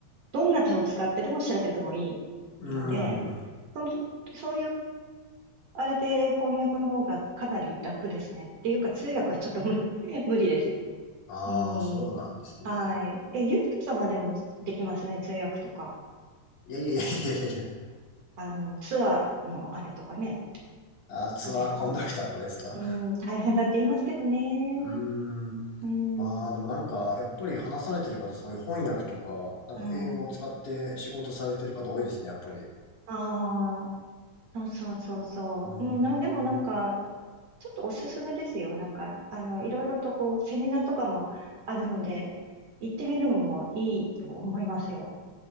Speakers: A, on the right; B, on the left.
A: どんな手を使ってでも調べてもいいので、
B: うーん。
A: その、そういうあれで翻訳の方がかなり楽ですね。っていうか、通訳はちょっと無、<laughs> 無理です。
B: ああ、
A: うん。
B: そうなんですね。
A: はい。え、ゆうとさんはでもできますね、通訳とか。
B: いやいやいやいやいやいや。
A: あの、ツアーのあれとかね。
B: あーツアーコンダクターとかですか
A: どうですかうん、大変だって言いますけどね。
B: うーん。
A: うん、
B: まあでもなんか、やっぱり話されてる方、そういう翻訳とか、なんか英語を使って仕事されてる方多いですね、
A: うん。
B: やっぱり。う
A: ああ、そうそうそうそう。
B: ーん。
A: うん、な、でもなんか、ちょっとおすすめですよ。なんか、あの、いろいろとこう、セミナーとかもあるので、行ってみるのもいいと思いますよ。